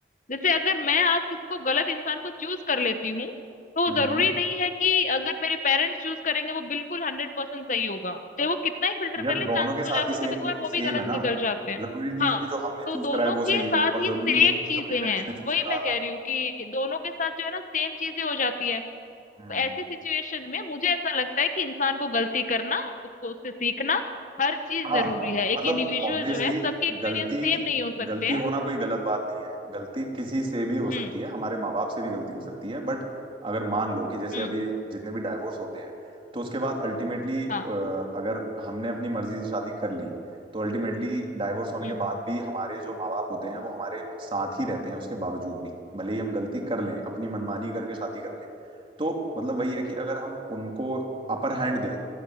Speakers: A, on the left; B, on the right.
A: जैसे अगर मैं आज किसी को गलत इंसान को चूज कर लेती हूँ तो
B: हम्म
A: जरूरी नहीं है कि अगर मेरे पेरेंट्स चूज करेंगे वो बिल्कुल हंड्रेड परसेंट सही होगा चाहे वो कितना ही फिल्टर
B: यार
A: कर ले
B: दोनों
A: चांसेस
B: के साथ
A: हो जाते
B: ही सेम
A: हैं कभी कभार वो
B: सेम
A: भी गलत
B: है ना
A: निकल जाते हैं
B: जरूरी नहीं
A: हाँ
B: है कि जो हमने
A: तो
B: चूज
A: दोनों
B: करा है वो
A: के
B: सही
A: साथ
B: हो और
A: ये
B: जरूरी
A: सेम
B: नहीं है कि
A: चीजें
B: जो पेरेंट्स
A: हैं
B: ने चूज
A: वही
B: करा
A: मैं कह
B: हाँ
A: रही हूँ कि दोनों के साथ जो है ना सेम चीजें हो जाती है तो
B: हम्म।
A: ऐसी सिचुएशन में मुझे ऐसा लगता है कि इंसान को गलती करना उसको उससे सीखना हर चीज
B: हाँ
A: जरूरी है एक
B: मतलब
A: इंडिविजुअल
B: ऑब्वियसली
A: जो है सबके एक्सपीरियंस
B: गलती
A: सेम नहीं हो सकते
B: गलती
A: हैं
B: होना कोई गलत बात नहीं है गलती किसी से भी हो सकती
A: हम्म
B: है हमारे माँ बाप से भी गलती हो सकती है बट अगर मान लो कि जैसे
A: हम्म
B: अब ये जितने भी डाइवोर्स होते हैं तो उसके बाद अल्टीमेटली
A: हाँ
B: अगर हमने अपनी मर्जी से शादी कर ली तो अल्टीमेटली डाइवोर्स होने
A: हम्म।
B: के बाद भी हमारे जो माँ बाप होते हैं वो हमारे साथ ही रहते हैं उसके बावजूद भी भले ही हम गलती कर लें अपनी मनमानी करके शादी कर लें तो मतलब वही है कि अगर हम उनको अपर हैंड दें